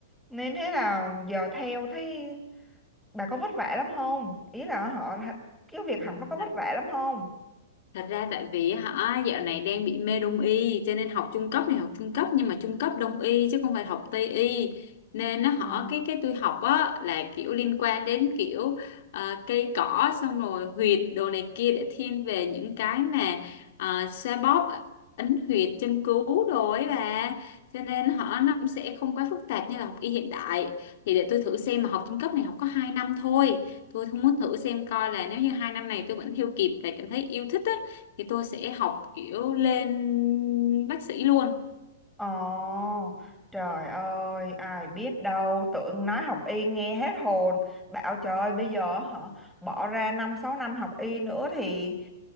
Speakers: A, in the centre; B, on the left.
A: nên thế là giờ theo thấy bà có vất vả lắm không ý là họ cái việc
B: Ừ,
A: học nó có vất
B: Thật
A: vả lắm không
B: Thật ra tại vì hả dạo này đang bị mê đông y cho nên học trung cấp này học trung cấp nhưng mà trung cấp đông y chứ không phải học tây y nên nó họ
A: Ờ.
B: cái cái tôi học á là kiểu liên quan đến kiểu ờ, cây cỏ xong rồi huyệt đồ này kia để thiên về những cái mà uh, xoa bóp ấn huyệt châm cứu đồ ấy bà cho nên họ nó cũng sẽ không quá phức tạp như là học y hiện đại thì để tôi thử xem mà học trung cấp này học có 2 năm thôi tôi không muốn thử xem coi là nếu như hai năm này tôi vẫn theo kịp và cảm thấy yêu thích á thì tôi sẽ học kiểu lên bác sĩ luôn
A: Ồ, trời ơi, ai biết đâu, tưởng nói học y nghe hết hồn. Bảo trời, bây giờ họ bỏ ra năm sáu năm học y nữa thì